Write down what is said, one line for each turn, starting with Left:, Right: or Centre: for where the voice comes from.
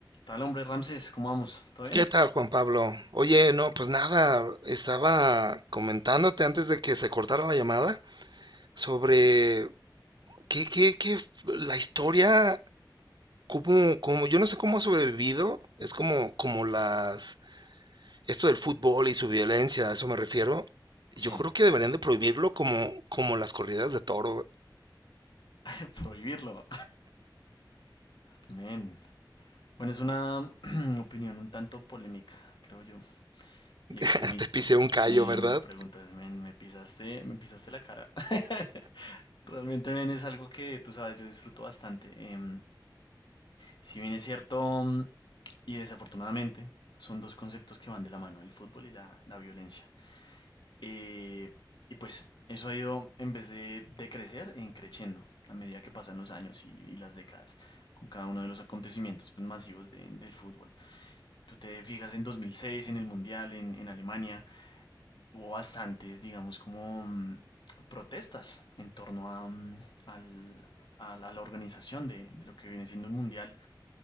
Left: Tal hombre, Ramses, ¿cómo vamos? ¿Todo bien?
Right: ¿Qué tal, Juan Pablo? Oye, no, pues nada, estaba comentándote antes de que se cortara la llamada sobre qué, qué, qué, f- la historia, cómo, cómo, yo no sé cómo ha sobrevivido, es como, como las, esto del fútbol y su violencia, a eso me refiero. Yo
Left: Sí,
Right: creo que deberían de prohibirlo como, como las corridas de toro.
Left: <laughs> prohibirlo. Men. Bueno, es una <clears throat> opinión un tanto polémica, creo yo, y extremista.
Right: <laughs> Te pisé un callo,
Left: Si
Right: ¿verdad?
Left: me lo preguntas, men, me pisaste, me pisaste la cara. <laughs> Realmente, men, es algo que tú sabes, yo disfruto bastante. Em, si bien es cierto, mm, y desafortunadamente, son dos conceptos que van de la mano, el fútbol y la, la violencia. Eh, y pues eso ha ido, en vez de, de crecer, en creciendo a medida que pasan los años y, y las décadas, con cada uno de los acontecimientos pues, masivos de- del fútbol. Tú te fijas en 2006, en el Mundial, en, en Alemania, hubo bastantes, digamos, como mm, protestas en torno a, mm, al- a la a la organización de, de lo que viene siendo un Mundial.